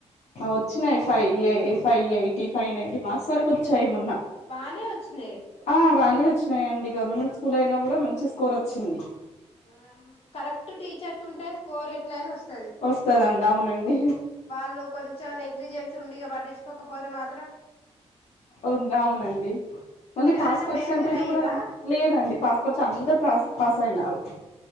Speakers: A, on the left; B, on the left.
A: ఆ వచ్చినాయి ఫైవ్ ఎ five eighty, five ninety marks వరకు వచ్చాయి మొన్న
B: బానే వచ్చినయి.
A: ఆ బానే వచ్చినయి అండి గవర్నమెంట్ స్కూల్ అయినా కూడా మంచి స్కోర్ అచ్చింది.
B: ఆ కరెక్ట్ టీచర్స్ ఉంటే స్కోర్ ఎట్లయినా వస్తది.
A: వస్తదండి అవునండి.
B: వాళ్ళు కొంచెం నెగ్లిజెన్స్ ఉండి ఇగా పట్టిచ్చుకోకపోతే మా
A: ఉంద్ అవునండి మళ్ళీ
B: ఎవరైనా
A: పాస్ పర్సెంటేజ్
B: ఫెయిల్యూర్ అయ్యిర్రా
A: కూడా లేదండి. పాస్పర్చు అందరూ పా పాస్ అయినారు.